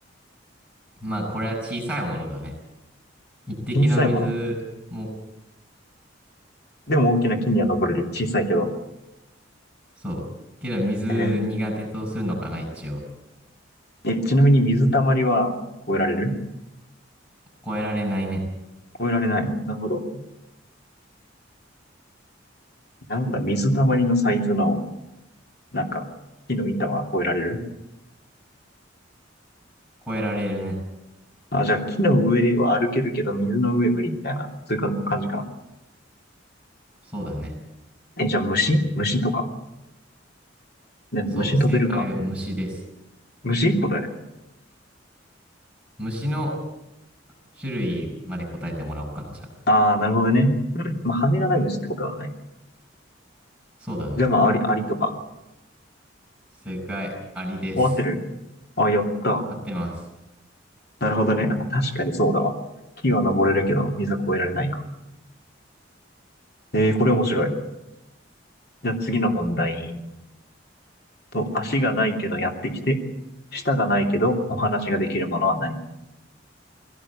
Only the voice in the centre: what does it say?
まあこれは小さいものだね。一滴の水も、
そう。けど水苦手とするのかな、
一応。
超えられないね。
超えられるね。
そうだね。
そう、正解、虫です。
虫の種類まで答えてもらおうかな、じゃあ。
そうだね。
正解、アリです。
合ってます。